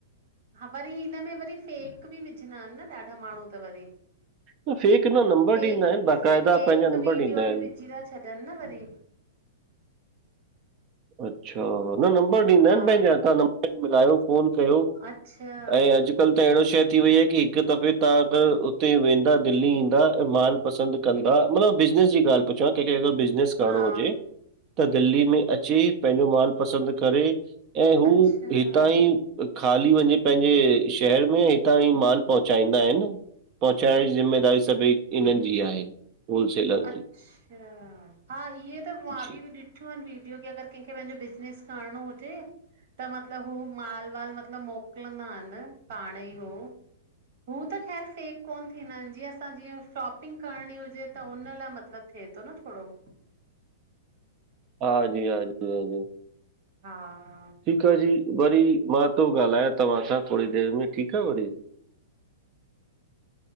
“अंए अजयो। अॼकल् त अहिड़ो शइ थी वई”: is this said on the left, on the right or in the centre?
Right